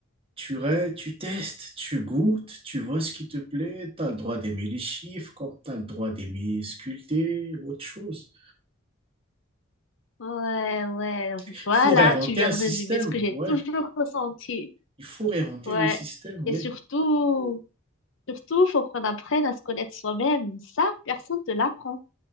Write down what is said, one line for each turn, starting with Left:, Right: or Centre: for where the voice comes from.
Right: Tu, ré- tu testes, tu goûtes, tu vois ce qui te plaît, tu as le droit d'aimer les chiffres, comme tu as le droit d'aimer sculpter ou autre chose.
Left: Ouais, ouais.
Right: Il
Left: Voilà,
Right: faut réinventer
Left: tu viens
Right: un
Left: de
Right: système,
Left: résumer ce que j'ai
Right: ouais.
Left: toujours ressenti.
Right: Il faut réinventer
Left: Ouais.
Right: le système, oui.
Left: Et surtout, Surtout, faut qu'on apprenne à se connaître soi-même. Ça, personne ne te l'apprend.